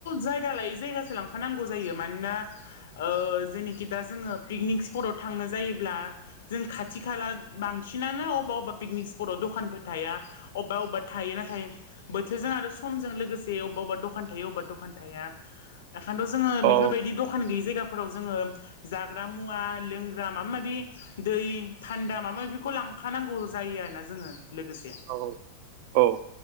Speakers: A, on the left; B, on the right.
A: जायगा लायै जायगासो लांफानांगौ जायो मान ओ जोंनिथिं दा जों पिकनिक ष्पतावथांनो जायोब्ला जों खाथि खा बांसिनानो अबा अबा पिकनिक स्पटआव दखानफोर थाया अबेबा अबेबा थायो नाथाय बोथोरजों आरो समजों लोगोसे अबेबा अबेबा दखान थायो अबेबा दखान थाया एखायथ जोङोफोरबायदि
B: औ
A: दखान गैय बेफोरबायदि जायगाफोराव जों जाग्रा मुवा लोंग्रा माबा मासि दै थान्दा माबा माबि खौ लांखानांगौ जायो आरोना जोङो लोगोसे
B: औ औ